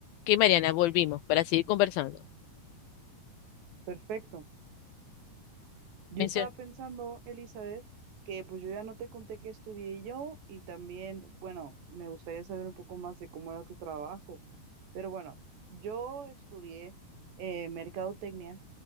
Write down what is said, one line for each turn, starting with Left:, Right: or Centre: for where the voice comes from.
Left: que Mariana, volvimos para seguir conversando.
Right: Perfecto. Yo
Left: Menciona.
Right: estaba pensando, Elizabeth, que pues yo ya no te conté que estudié yo y también, bueno, me gustaría saber un poco más de cómo era tu trabajo. Pero bueno, yo estudié eh, mercadotecnia